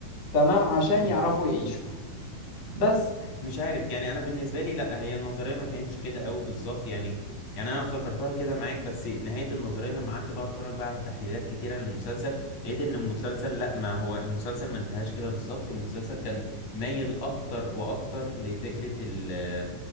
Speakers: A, on the left; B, on the left.
A: تمام عشان
B: امم
A: يعرفوا يعيشوا بس
B: مش عارف يعني انا بالنسبه لي لا هي النظريه ما كانتش كده قوي بالظبط يعني يعني انا افتكرتها كده معاك بس نهايه النظريه لما قعدت بقى اتفرج بقى على تحليلات كتيره للمسلسل لقيت ان المسلسل لا ما هو المسلسل ما انتهاش كده بالظبط المسلسل كان مايل اكتر واكتر لفكره ال